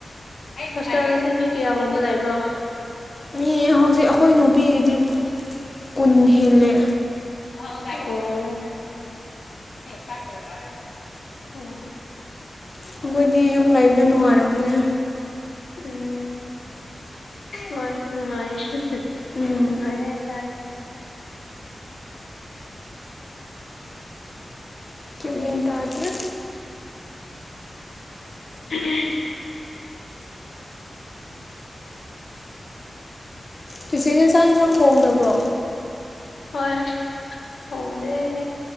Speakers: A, on the left; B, on the left.
A: ꯍꯣꯁꯇꯥꯦꯜꯒꯤꯁꯦ ꯃꯤ ꯀꯌꯥꯒꯨꯝꯕ ꯂꯩꯕ꯭ꯔꯣ
B: ꯃꯤ ꯍꯧꯖꯤꯛ ꯑꯩꯈꯣꯏ ꯅꯨꯄꯤꯒꯤꯗꯤ ꯀꯨꯟ ꯍꯦꯜꯂꯦ
A: ꯎ ꯍ ꯍꯝ
B: ꯑꯩꯈꯣꯏꯗꯤ ꯌꯨꯝ ꯂꯩꯕꯅ ꯅꯨꯡꯉꯥꯅꯕꯅꯦ
A: ꯎꯝ ꯍꯣꯏ ꯅꯨꯡꯉꯥꯏꯦ
B: ꯎꯝ
A: ꯅꯨꯡꯉꯥꯏ ꯍꯥꯏꯇꯥꯔꯦ
B: ꯀ ꯃꯤꯦꯟ ꯇꯥꯗꯔ
A: ꯎꯝ
B: ꯆꯤꯆꯦ ꯌꯦꯟꯁꯥꯡ ꯌꯦꯟꯁꯥꯡ ꯊꯣꯡꯕ꯭ꯔꯣ
A: ꯍꯣꯏ ꯍꯣꯡꯣꯡꯗꯅꯦ